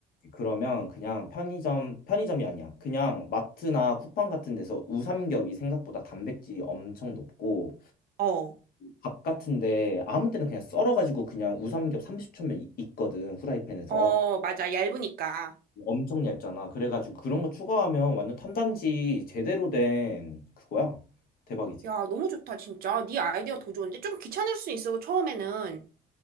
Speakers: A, on the left; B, on the right.
A: 그러면 그냥 편의점 편의점이 아니야. 그냥 마트나 쿠팡 같은 데서 우삼겹이 생각보다 단백질이 엄청 높고
B: 어.
A: 밥 같은데 아무 때나 그냥 썰어가지고 그냥 우삼겹 30초면 있거든 후라이팬에서
B: 어, 맞아. 얇으니까.
A: 엄청 얇잖아. 그래가지고 그런 거 추가하면 완전 탄단지 제대로 된 그거야. 대박이지.
B: 야, 너무 좋다, 진짜. 네 아이디어 더 좋은데? 좀 귀찮을 수 있어도 처음에는.